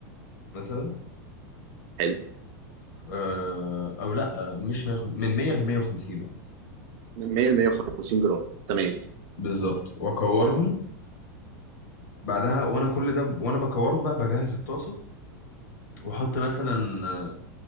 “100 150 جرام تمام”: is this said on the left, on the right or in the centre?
Right